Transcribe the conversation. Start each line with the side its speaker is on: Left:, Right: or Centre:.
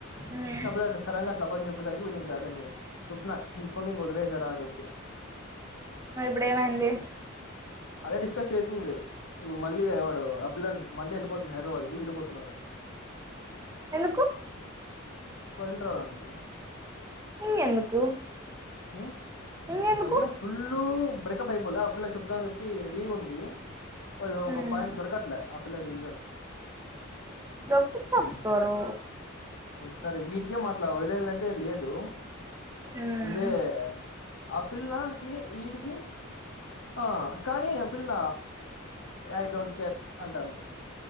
Right: ఉమ్
Left: అప్పుడు అ సడన్ అట్లా పని చెప్పేసరికి వీటి ఇంకాదని చెప్పు తీసుకొని ఇంక వదిలేసెయ్ రా అని చెప్పి
Right: మరి ఇప్పుడు ఏమైంది
Left: అదే డిస్కస్ చేతుంది ఇప్పుడు మళ్ళీ వాడు అ పిల్లన్ మండే ఎళ్ళిపోతుంది హైడ్రాబాద్ కి వీడూ పోతున్నాడు
Right: ఎందుకు
Left: వదిలి త్రావడానికి
Right: ఇంగెందుకు
Left: ఊ
Right: ఇంగెందుకు
Left: ఐతే ఫుల్లూ బ్రే కు బైపల్లా ఆ పిల్లా చెప్తాది కు టీ రెడీ ఉంది మరి ఒక
Right: ఉమ్
Left: పాంట్ దొరకట్లే ఆ పిల్లకి డిజైన్
Right: చెప్పు తరు
Left: సరే వీడికే మాట్లా వదిలే దైతే లేదు
Right: ఉమ్
Left: ఇదే ఆ పిల్లాకి వీడికి హ కానీ పిల్ల య ఐ డోంట్ కేర్ అంటాంది